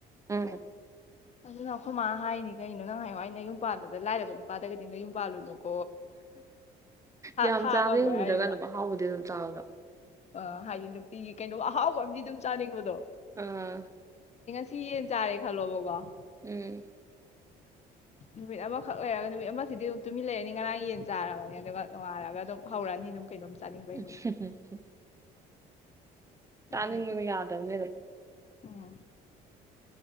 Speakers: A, on the right; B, on the left.
A: ꯎꯝ
B: ꯑꯗꯨꯅ ꯑꯩꯈꯣꯏ ꯃꯥ ꯍꯥꯏꯅꯤ ꯀꯩꯅꯣ ꯅꯪ ꯍꯥꯌꯦꯡꯋꯥꯏ ꯅꯌꯨꯝ ꯄꯥꯜꯕꯗ ꯂꯥꯏꯔꯕ ꯅꯨꯄꯥꯗꯒꯗꯤ ꯅꯌꯨꯝ ꯄꯜꯂꯨꯅꯨꯀꯣ
A: ꯌꯥꯝ
B: ꯊꯥ
A: ꯆꯥꯕ
B: ꯉꯝꯃꯣꯏ
A: ꯉꯝꯗ꯭ꯔꯒ
B: ꯍꯥꯏꯔꯤꯕ
A: ꯑꯗꯨꯝ ꯑ ꯍꯥꯎꯕꯗꯤ ꯑꯗꯨꯝ ꯆꯕꯗꯣ
B: ꯑ ꯍꯥꯏꯗꯤ ꯅꯨꯡꯇꯤꯒꯤ ꯀꯩꯅꯣ ꯑꯍꯥꯎꯕ ꯑ ꯑꯃꯗꯤ ꯑꯗꯨꯝ ꯆꯥꯅꯤꯡꯕꯗꯣ
A: ꯑꯥ
B: ꯁꯤꯟ ꯆꯥꯔꯦ ꯈꯂꯣꯕꯀꯣ
A: ꯎꯝ
B: ꯅꯨꯃꯤꯠ ꯑꯃꯈꯛ ꯂꯩꯔꯒ ꯅꯨꯃꯤꯠ ꯑꯃꯁꯤꯗꯤ ꯑꯗꯨꯝ ꯇꯨꯃꯤꯟ ꯂꯩꯔꯅꯤ ꯉꯔꯥꯡ ꯌꯦꯟ ꯆꯥꯔꯕꯅꯤ ꯑꯗꯨꯒ ꯅꯣꯡꯉꯥꯜꯂꯒ ꯑꯗꯨꯝ ꯍꯧꯔꯛꯑꯅꯤ ꯑꯗꯨꯝ ꯀꯩꯅꯣꯝ ꯆꯥꯅꯤꯡꯕꯩ
A: ꯎ
B: ꯃꯨꯠꯁꯦ
A: ꯆꯥꯅꯤꯡꯕꯅꯦ
B: ꯑꯗꯨꯗꯩ
A: ꯌꯥꯗꯕꯅꯅꯦ ꯑꯗꯨꯝ
B: ꯎꯝ